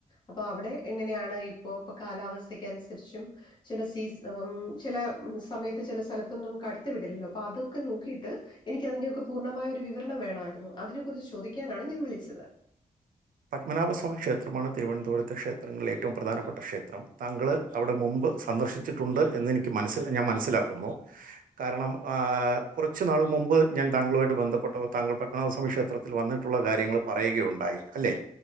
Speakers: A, on the left; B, on the right.
A: അപ്പൊ അവിടെ എങ്ങനെയാണ് ഇ പ്പോ ഇപ്പ കാലാവസ്ഥയ്ക്കനുസരിച്ചും ചെല സീസ് ഊം ചെല സമയത്ത് ചെല സ്ഥലത്തൊന്നും കടത്തിവിടില്ലല്ലോ അപ്പൊ അതു ഒക്കെ നോക്കിയിട്ട് എനിക്കതിൻ്റെയൊക്കെ പു ർണമായ ഒരു വിവരണം വേണമായിരുന്നു. അതിനെ കുറിച്ച് ചോദിക്കാനാണ് ഞാൻ വിളിച്ചത്
B: പത്മനാഭസ്വാമി ക്ഷേത്രമാ ണ് തിരുവനന്തപുരത്തെ ക്ഷേത്രങ്ങളിൽ ഏറ്റവും പ്രധാനപ്പെട്ട ക്ഷേത്രം താങ്കൾ അവിടെ മുമ്പ് സന്ദർശിച്ചിട്ടുണ്ട് എന്ന് എനി ക്ക് മനസ്സി ഞാൻ മനസിലാക്കുന്നു കാരണം ഏഹ് കുറച്ച് നാൾ മുമ് മ്പ് ഞാൻ താങ്കളുമായിട്ട് ബന്ധപ്പെട്ടപ്പോ താങ്കൾ പത്മനാഭസ്വാമി ക്ഷേത്രത്തിൽ വന്നിട്ടുള്ള കാര്യങ്ങൾ പറയുകയുണ്ടായി അല്ലേ.